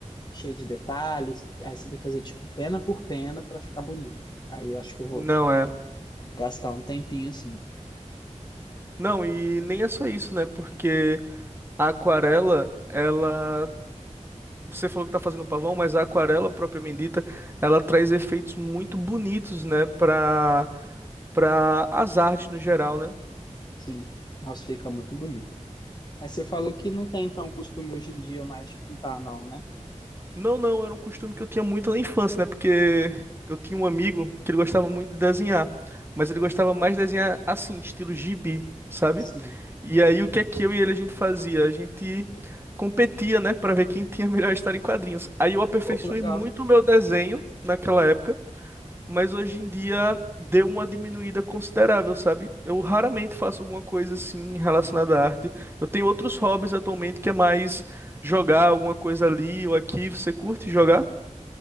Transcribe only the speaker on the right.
Não é.
Não, e nem é só isso, né? Porque a aquarela, ela. Você falou que tá fazendo pavão, mas a aquarela propriamente dita, ela traz efeitos muito bonitos, né? Para para as artes no geral, né?
Não, não, era um costume que eu tinha muito na infância, né? Porque eu tinha um amigo que ele gostava muito de desenhar, mas ele gostava mais de desenhar assim, estilo gibi, sabe?
E aí o que é que eu e ele a gente fazia? A gente competia, né, Pra ver quem tinha a melhor história em quadrinhos. Aí eu aperfeiçoei
muito o meu desenho naquela época mas hoje em dia deu uma diminuída considerável, sabe? Eu raramente faço alguma coisa assim relacionada à arte. Eu tenho outros hobbies atualmente que é mais jogar alguma coisa ali ou aqui. Você curte jogar?